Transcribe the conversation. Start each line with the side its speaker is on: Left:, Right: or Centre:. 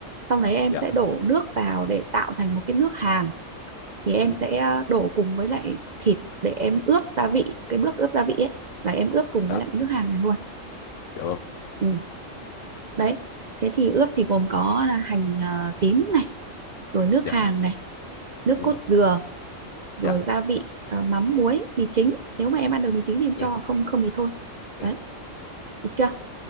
Right: xong đấy em
Left: dạ
Right: sẽ đổ nước vào để tạo thành một cái nước hàm thì em
Left: ừ.
Right: sẽ à, đổ cùng với lại thịt để em ướp gia vị cái bước ướp gia vị ấy là em ướp cùng
Left: dạ
Right: với lại cái nước hàm này luôn
Left: dạ vâng
Right: ừ. đấy thế thì ướp thì gồm có là hành à, tím này rồi nước
Left: dạ
Right: hàng này nước
Left: ừ.
Right: cốt dừa rồi
Left: dạ
Right: gia vị à, mắm muối mì chính nếu mà em ăn được mì chính thì em cho
Left: ok,
Right: không không thì thôi
Left: ok.
Right: đấy được chưa